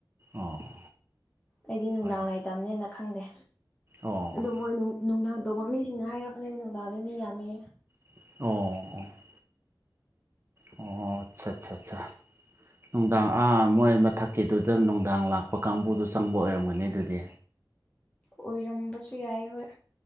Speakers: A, on the right; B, on the left.
A: ꯑꯣ
B: ꯑꯩꯗꯤ ꯅꯨꯡꯗꯥꯡ
A: ꯍꯣꯏꯅꯦ
B: ꯂꯥꯏ ꯇꯝꯅꯤꯅ ꯈꯪꯗꯦ
A: ꯑꯣ
B: ꯑꯗꯣ ꯃꯣꯏ ꯅꯨꯡꯗꯥꯡ ꯇꯧꯕ ꯃꯤꯁꯤꯡꯅ ꯍꯥꯏꯔꯛꯄꯅꯦ ꯅꯨꯡꯗꯥꯡꯗ ꯃꯤ ꯌꯥꯝꯃꯦ
A: ꯑꯣ ꯑꯣ ꯑꯣ ꯑꯆꯥ ꯑꯆꯥ ꯆꯥ ꯅꯨꯡꯗꯥꯡ ꯑꯥ ꯃꯣꯏ ꯃꯊꯛꯀꯤꯗꯨꯗ ꯅꯨꯡꯗꯥꯡ ꯂꯥꯛꯄ ꯀꯥꯡꯕꯨꯗꯣ ꯆꯪꯕ ꯑꯣꯏꯔꯝꯒꯅꯤ ꯑꯗꯨꯗꯤ
B: ꯑꯣꯏꯔꯝꯕꯁꯨ ꯌꯥꯏ ꯍꯣꯏ